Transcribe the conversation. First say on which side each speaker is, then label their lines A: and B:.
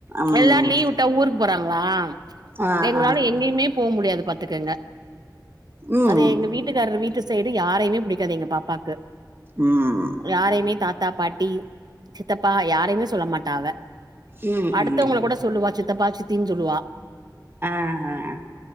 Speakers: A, on the right; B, on the right.
A: ம்
B: எல்லாரும் லீவு வுட்டா ஊருக்கு போறாங்க ங்களா
A: ஆ
B: எங்களால
A: ஆ
B: எங்கேயுமே போக முடியாது இப்ப எத்துக்குங்க
A: ம்
B: அதே
A: ம்
B: எங்க வீட்டுக்காரர் வீட்டு சைடு யாரயுமே புடிக்காது எங்க பாப்பாக்கு
A: ம்
B: யாரையுமே தாத்தா பாட்டி சித்தி சித்தப்பா யாரையுமே சொல்ல மாட்டாவ
A: ம்
B: அடுத்தவங்கள கூட சொல்லுவா சித்தபா சித்த தி னுஞ்சொல்லுவா
A: ஆஹ் ஆஹ்